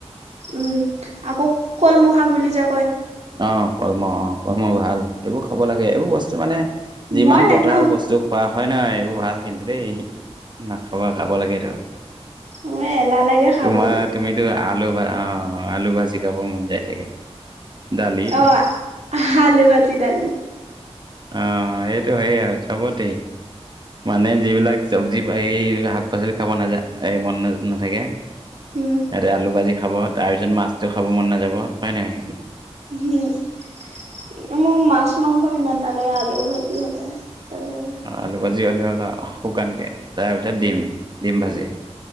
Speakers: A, on the right (about 80°); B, on the right (about 40°).
A: উম, আকৌ কলমৌ শাক বুলি যা
B: অ', কলমৌ অ', কলমৌ ভাল, এইবোৰ খাব লাগে এইবোৰ বস্তু মানে যিমান
A: মই
B: পথাৰ
A: নাখাওঁ।
B: বস্তু খোৱা হয়, না এইবোৰ ভাল কিন্তু দেই। নাখাবা খাব লাগেতো।
A: মোৰ এলাহ লাগে খাবলৈ।
B: তোমাৰ তুমিতো আলু অ', আলু ভাজি খাব মন যায় চাগে। দালি
A: অ', আলো ভাজি, দালি।
B: অঁ, সেইটো সেইয়ে আৰু চাব দেই মানে যিবিলাক চব্জি এই শাক পাচলি খাব নাজান এই মন ন-নাথাকে ইয়াতে
A: উম,
B: আলু ভাজি খাব, তাৰপিছত মাছটো খাব মন নাযাব হয়, নাই?
A: হম। মোৰ মাছ মাংস ইমান নালাগে আলু ভাজি হলে দালি হলে
B: আলু ভাজি হ'লে, হ'ল আৰু শুকানকে তাৰ পিছত ডিম, ডিম ভাজি।